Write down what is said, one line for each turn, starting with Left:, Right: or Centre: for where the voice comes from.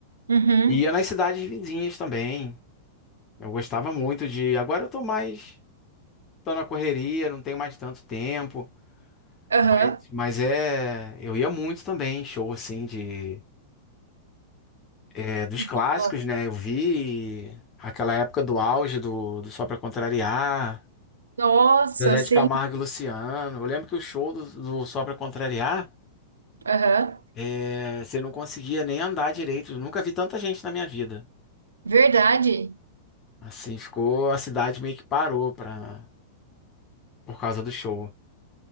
Right: Uhum.
Left: e ia nas cidades vizinhas também. Eu gostava muito de. Agora eu tô mais, tô na correria, não tenho mais tanto tempo.
Right: Aham.
Left: Mas, mas é, eu ia muito também, em show assim de, é, dos
Right: De
Left: clássicos,
Right: Pacói.
Left: né? Eu vi aquela época do auge do, do Só Pra Contrariar,
Right: Nossa,
Left: Zezé
Right: sim.
Left: de Camargo e Luciano. Eu lembro que o show do, do Só Pra Contrariar,
Right: Aham.
Left: é, você não conseguia nem andar direito. Eu nunca vi tanta gente na minha vida.
Right: Verdade.
Left: Assim, ficou, a cidade meio que parou pra, por causa do show.